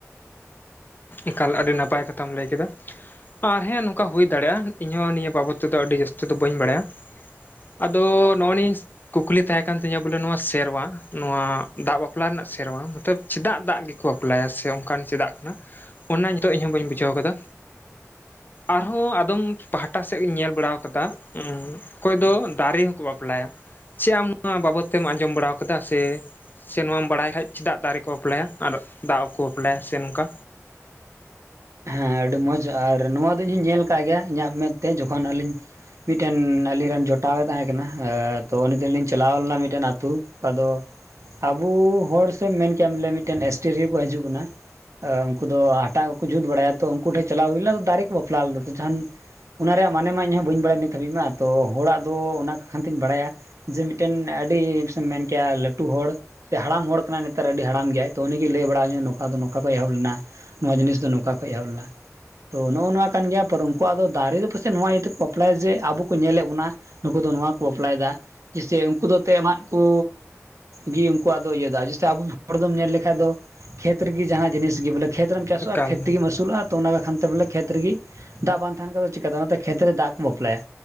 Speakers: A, on the left; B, on the right.
A: ᱮᱠᱟᱞ ᱟᱹᱰᱤ ᱱᱟᱯᱟᱭ ᱠᱟᱛᱷᱟᱢ ᱞᱟᱹᱭ ᱠᱮᱫᱟ᱾ ᱟᱨ ᱦᱮᱸ ᱱᱚᱝᱠᱟ ᱦᱩᱭ ᱫᱟᱲᱮᱭᱟᱜᱼᱟ ᱤᱧᱦᱚᱸ ᱱᱤᱭᱟᱹ ᱵᱟᱵᱚᱫ ᱛᱮᱫᱚ ᱟᱹᱰᱤ ᱡᱟᱹᱥᱛᱤ ᱫᱚ ᱵᱟᱹᱧ ᱵᱟᱰᱟᱭᱟ᱾ ᱟᱫᱚ ᱱᱚᱜᱼ ᱱᱤᱧᱥ ᱠᱩᱠᱞᱤ ᱛᱟᱦᱮᱸ ᱠᱟᱱᱟ, ᱠᱟᱱ ᱛᱤᱧᱟᱹ ᱵᱚᱞᱮ ᱱᱚᱣᱟ ᱥᱮᱨᱣᱟ ᱱᱚᱣᱟ ᱫᱟᱜ ᱵᱟᱯᱞᱟ ᱨᱮᱱᱟᱜ ᱥᱮᱨᱣᱟ ᱢᱚᱛᱚᱵ ᱪᱮᱫᱟᱜ ᱫᱟᱜ ᱜᱮ ᱠᱚ ᱵᱟᱯᱞᱟᱭᱟ ᱥᱮ ᱚᱱᱠᱟᱱ ᱪᱮᱫᱟᱜ ᱠᱟᱱᱟ᱾ ᱚᱱᱟ ᱱᱤᱛᱚᱜ ᱤᱧ ᱦᱚᱸ ᱵᱟᱹᱧ ᱵᱩᱡᱷᱟᱹᱣ ᱠᱟᱫᱟ, ᱟᱨᱦᱚᱸ ᱟᱫᱚᱢ ᱯᱟᱦᱴᱟ ᱥᱮᱫ ᱤᱧ ᱧᱮᱞ ᱵᱟᱲᱟ ᱟᱠᱟᱫᱟ ᱚᱠᱚᱭ ᱫᱚ ᱫᱟᱨᱮ ᱦᱚᱸᱠᱚ ᱵᱟᱯᱞᱟᱭᱟ᱾ ᱪᱮᱫ ᱟᱢ ᱱᱚᱣᱟ ᱵᱟᱵᱚᱛ ᱛᱮᱢ ᱟᱸᱡᱚᱢ ᱵᱟᱲᱟ ᱟᱠᱟᱫᱟ ᱥᱮ ᱥᱮ ᱱᱚᱣᱟᱢ ᱵᱟᱲᱟᱭ ᱠᱷᱟᱡ ᱪᱮᱫᱟᱜ ᱫᱟᱨᱮ ᱠᱚ ᱵᱟᱯᱞᱟᱭᱟ ᱟᱨ ᱫᱟᱜ ᱦᱚᱸᱠᱚ ᱵᱟᱯᱞᱟᱭᱟ ᱥᱮ ᱱᱚᱝᱠᱟ?
B: ᱦᱮᱸ ᱟᱹᱰᱤ ᱢᱚᱸᱡᱽ ᱟᱨ ᱱᱚᱣᱟ ᱫᱚ ᱤᱧᱦᱚᱸ ᱧᱮᱞ ᱟᱠᱟᱜ ᱜᱮᱭᱟ ᱤᱧᱟᱹᱜ ᱢᱮᱫ ᱛᱮ ᱡᱚᱠᱷᱚᱱ ᱟᱹᱞᱤᱧ ᱢᱤᱫᱴᱮᱱ ᱟᱹᱞᱤᱧ ᱨᱮᱱ ᱡᱚᱴᱟᱣᱮ ᱛᱟᱦᱮᱸ ᱠᱟᱱᱟ, ᱛᱚ ᱩᱱᱤ ᱛᱮ ᱞᱤᱧ ᱪᱟᱞᱟᱣ ᱞᱮᱱᱟ ᱢᱤᱫᱴᱮᱱ ᱟᱹᱛᱩ ᱟᱫᱚ ᱟᱵᱚ ᱦᱚᱲ ᱥᱮ ᱢᱮᱱ ᱠᱮᱟᱢ ᱵᱚᱞᱮᱭᱟ ᱢᱤᱫᱴᱮᱱ ᱮᱥᱴᱮᱨᱤᱭᱟᱹ ᱠᱚ ᱦᱤᱡᱩᱜ ᱠᱟᱱᱟ᱾ ᱮ ᱩᱱᱠᱩ ᱫᱚ ᱦᱟᱴᱟᱜ ᱠᱚᱠᱚ ᱡᱩᱛ ᱵᱟᱲᱟᱭᱟ ᱛᱚ ᱩᱱᱠᱩ ᱴᱷᱮᱡ ᱪᱟᱞᱟᱣ ᱦᱩᱭ ᱞᱮᱱᱟ ᱫᱟᱨᱮ ᱠᱚ ᱵᱟᱯᱞᱟ ᱞᱮᱫᱟ ᱛᱚ ᱡᱟᱦᱟᱱ ᱚᱱᱟ ᱨᱮᱭᱟᱜ ᱢᱟᱱᱮ ᱢᱟ ᱤᱧᱦ ᱵᱟᱹᱧ ᱵᱟᱲᱟᱭᱟ ᱱᱤᱛ ᱫᱷᱟᱹᱵᱤᱡ ᱢᱟ ᱛᱚ ᱦᱚᱲᱟᱜ ᱫᱚ ᱚᱱᱟ ᱠᱷᱟᱱ ᱫᱚ ᱵᱟᱲᱟᱭᱟ᱾ ᱡᱮ ᱢᱤᱫᱴᱮᱱ ᱟᱹᱰᱤ ᱢᱮᱱ ᱠᱮᱭᱟ ᱞᱟᱹᱴᱩ ᱦᱚᱲ ᱥᱮ ᱦᱟᱲᱟᱢ ᱦᱚᱲ ᱠᱟᱱᱟᱭ ᱱᱮᱛᱟᱨ ᱟᱹᱰᱤ ᱦᱟᱲᱟᱢ ᱜᱮᱭᱟᱭ ᱛᱚ ᱩᱱᱤᱜᱭ ᱞᱟᱹᱭ ᱵᱟᱲᱟᱹᱧᱟ ᱱᱚᱝᱠᱟ ᱫᱚ ᱱᱚᱝᱠᱟ ᱠᱷᱚᱱ ᱮᱦᱚᱵ ᱞᱮᱱᱟ ᱱᱚᱣᱟ ᱡᱤᱱᱤᱥ ᱱᱚᱝᱠᱟ ᱠᱷᱚᱱ ᱮᱦᱚᱵ ᱞᱮᱱᱟ᱾ ᱛᱚ ᱱᱚᱜᱼᱚ ᱱᱚᱣᱟ ᱠᱟᱱ ᱜᱮᱭᱟ ᱯᱟᱨ ᱩᱱᱠᱩᱣᱟᱜ ᱫᱚ ᱫᱟᱨᱮ ᱫᱚ ᱯᱟᱥᱮ ᱱᱚᱣᱟ ᱤᱭᱟᱹ ᱛᱮᱠᱚ ᱵᱟᱯᱞᱟᱭᱟ ᱡᱮ ᱟᱵᱚ ᱠᱚ ᱧᱮᱞᱮ ᱵᱚᱱᱟ, ᱱᱩᱠᱩ ᱫᱚ ᱱᱚᱣᱟ ᱠᱚ ᱵᱟᱯᱞᱟᱭ ᱫᱟ ᱡᱮᱭᱥᱮ ᱩᱱᱠᱩ ᱫᱚ ᱮᱱᱛᱜ ᱟᱢᱟᱜ ᱠᱩ ᱜᱤ ᱩᱱᱠᱩᱣᱟᱜ ᱫᱚ ᱤᱭᱟᱹ ᱫᱚ ᱡᱭᱥᱮ ᱟᱵᱚ ᱦᱚᱲ ᱫᱚᱢ ᱧᱮᱞ ᱞᱮᱠᱷᱟᱱᱡ ᱫᱚ ᱠᱷᱮᱛ ᱨᱮᱜᱮ ᱡᱟᱦᱟᱸ ᱡᱤᱱᱤᱥ ᱜᱮ ᱠᱷᱮᱛ ᱨᱮᱱ ᱪᱟᱥᱚᱼᱟ
A: ᱮᱠᱟᱞ
B: ᱛᱩᱞᱩᱜᱼᱟ ᱛᱚ ᱚᱱᱟ ᱠᱟᱠᱷᱟᱱ ᱛᱮ ᱵᱚᱞᱮ ᱠᱷᱮᱛ ᱨᱮᱜᱮ ᱫᱟᱜ ᱵᱟᱝ ᱛᱟᱦᱮᱸᱱ ᱠᱷᱟᱱ ᱫᱚ ᱪᱤᱠᱟᱹᱛᱮ ᱚᱱᱟᱛᱮ ᱠᱷᱮᱛ ᱨᱮ ᱫᱟᱜ ᱠᱚ ᱵᱟᱯᱞᱟᱭᱟ᱾